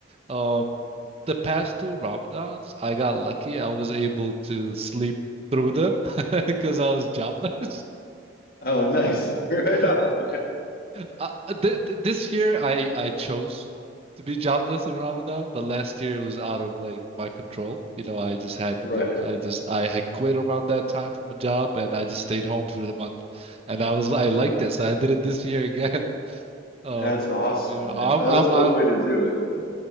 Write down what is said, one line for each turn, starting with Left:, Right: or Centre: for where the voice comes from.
Right: um the past two Ramadans, I got lucky. I was able to sleep through them <laughs> because I was jobless.
Left: oh, nice. <laughs> Right
Right: <laughs>
Left: on. Yeah.
Right: Uh, uh, th th this year I I chose to be jobless in Ramadan, but last year it was out of like my control. You know, I just had
Left: Right.
Right: to do I just I had quit around that time from a job and I just stayed home for the month and I was I liked it, so I did it this year again. <laughs> Um,
Left: That's awesome,
Right: you know, I'm
Left: man. Uh,
Right: I'm
Left: that's
Right: I
Left: one way to do